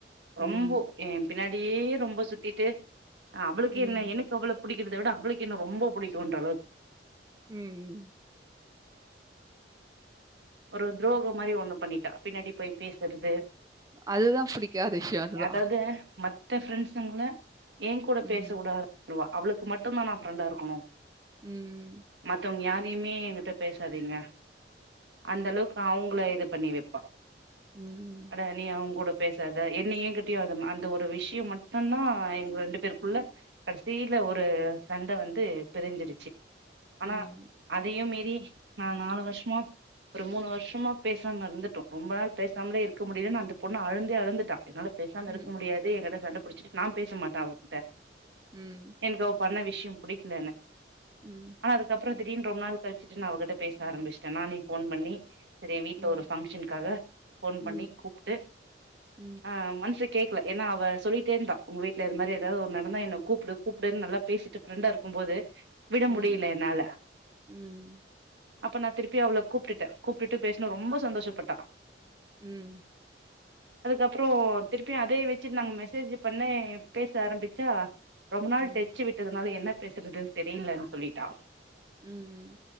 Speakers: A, on the right; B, on the right.
A: ரொம்போ
B: ம்.
A: ஏன் பின்னாடியே ரொம்ப சுத்திட்டு ஆ அவ்ளுக்கே
B: ம்.
A: என்ன எனக்கு அவ்ளப் புடிக்கித விட அவ்ளுக்கு என்ன ரொம்ப புடிக்குன்ற அளவ்
B: ம்ம்
A: ஒரு த்ரோகோ மாரி ஒண்ணு பண்ணிட்டா பின்னாடி போய் பேசுற்து
B: அதுதான் ஃபுடிக்காத விஷ்யோ அதுதா
A: அதாவது மத்த ஃப்ரெண்ஸுங்ள ஏ கூட
B: ம்.
A: பேசவுடாத் உவா அவளுக் மட்டுனா நா ஃப்ரெண்டா இருக்கணு
B: ம்ம்
A: மத்தவங் யாரையுமே எங்கிட்ட பேசாதீங்க அந்த அளவ்க் அவ்ங்கள இது பண்ணி வெப்பா
B: ம் உ
A: எட நீ அவ்ங் கூட பேசாத என்ன ஏங்கிட்யு அதும் அந்த ஒரு விஷ்யும் மட்டன்தா எங் ரெண்டு பேர்க்குள்ள கடிசீல ஒரு சண்ட வந்து பிரிஞ்சிடுச்சி ஆனா
B: ம்.
A: அதையு மீறி நா நாலு வர்ஷமா ப்ரு மூணு வர்ஷமா பேசாம இருந்துட்டோ ரொம்ப நாள் பேசாம்லே இருக்க முடிலன் அந்த பொண்ணு அழுந்தே அழுந்துட்டா என்னால பேசாம்
B: ம்.
A: இருக் முடியாது என்கிட்ட சண்ட புடிச்சிட்டு நா பேசமாட்டே அவகிட்ட
B: ம்
A: என்க் அவ் பண்ண விஷ்யம் புடிக்ல என
B: ம்
A: ஆனா அதுக்கப்றோ திடீன் ரொம்ப நாள் கழிச்சட்டு நா அவகிட்ட பேச ஆரம்பிச்ட்டேனா நீ ஃபோன் பண்ணி சரி எ வீட்ல
B: ம்.
A: ஒரு ஃபங்க்ஷன்க்காக ஃபோன்
B: ம். ம்.
A: பண்ணி கூப்ட்டு
B: ம்.
A: அ மன்செக் கேக்ல ஏன்னா அவ சொல்லிட்டேர்ந்தா உங்க வீட்ல இரு மாரி ஏதாவ் நடந்தா என்ன கூப்டு கூப்டு நல்லா பேசிட்டு ஃப்ரெண்டா இருக்கும் போது விட
B: ம்.
A: முடியில என்னால
B: ம்.
A: அப்ப நா திருப்பி அவ்ளோக் கூப்ட்டுட்ட கூப்ட்டுட்டு பேஸ்னா ரொம்ப சந்தோஷப்பட்டா
B: ம்
A: அதுக்கப்றோ திருப்பியு அதே வெச்சிர்னாங்க மெசேஜ் பண்ணே பேச ஆரம்பிச்சா ரொம்ப நாள்
B: ம்.
A: டெச்சு விட்டதுனால என்ன பேசுறதுன் தெரிலன் சொல்லிட்டா
B: ம் ம்